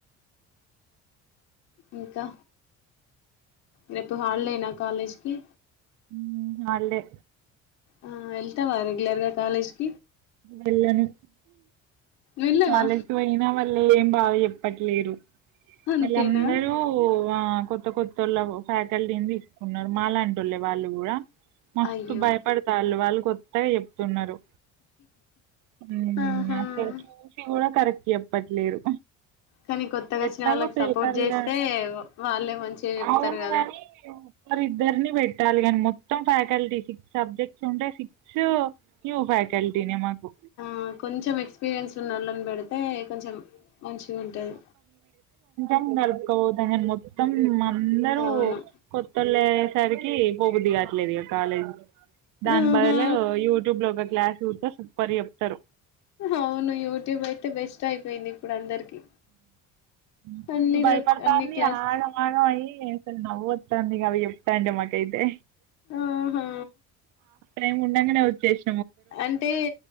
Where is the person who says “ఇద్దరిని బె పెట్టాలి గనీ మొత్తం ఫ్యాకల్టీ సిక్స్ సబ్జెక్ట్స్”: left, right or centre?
Right